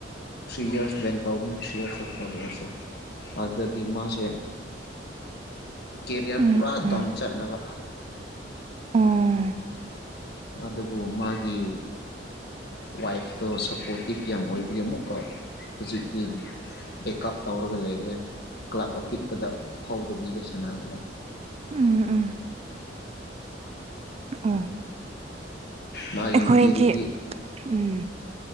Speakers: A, on the left; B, on the right.
A: ꯊ꯭ꯔꯤ ꯌꯥꯔꯁ ꯕꯦꯟ ꯇꯧꯕꯅꯤ ꯊ꯭ꯔꯤ ꯌꯥꯔꯔꯥ ꯐꯣꯔ ꯌꯥꯔꯁ ꯂꯥ ꯑꯗꯨꯗꯒꯤ ꯃꯥꯁꯦ ꯀꯦꯔꯤꯌꯥꯔ
B: ꯎꯝ
A: ꯄꯨꯔꯥ
B: ꯎꯝ
A: ꯗꯥꯎꯟ ꯆꯠꯂꯕ
B: ꯎꯝ
A: ꯑꯗꯨꯕꯨ ꯃꯥꯒꯤ ꯋꯥꯏꯐꯇꯣ ꯁꯞꯄꯣꯔꯇꯤꯞ ꯌꯥꯝ ꯑꯣꯏꯕꯒꯤ ꯑꯃꯨꯛꯀꯥ ꯍꯧꯖꯤꯛꯇꯤ ꯕꯦꯛꯀꯞ ꯇꯧꯔꯒ ꯂꯩꯔꯦ ꯀ꯭ꯂꯕ ꯑꯄꯤꯛꯄꯗ ꯐꯥꯎꯗꯕꯤꯗ ꯁꯥꯟꯅꯔꯒ ꯂꯩ
B: ꯎꯝ ꯑꯣ
A: ꯃꯥꯒꯤ
B: ꯑꯩꯈꯣꯏꯒꯤ
A: ꯅꯨꯄꯤꯗꯨꯗꯤ
B: ꯎꯝ